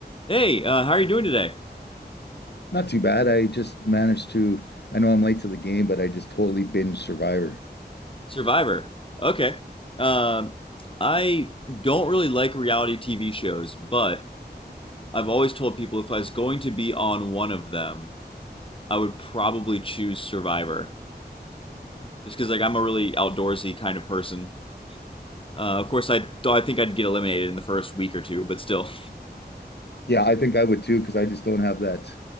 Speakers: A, on the left; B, on the left.
A: Hey, uh, how are you doing today?
B: Not too bad. I just managed to, I know I'm late to the game, but I just totally binge Survivor.
A: Survivor. Okay. Um, I don't really like reality TV shows, but I've always told people if I was going to be on one of them, I would probably choose Survivor. Just because, like, I'm a really outdoorsy kind of person. Uh, of course, I th- I think I'd get eliminated in the first week or two, but still.
B: Yeah, I think I would too, because I just don't have that.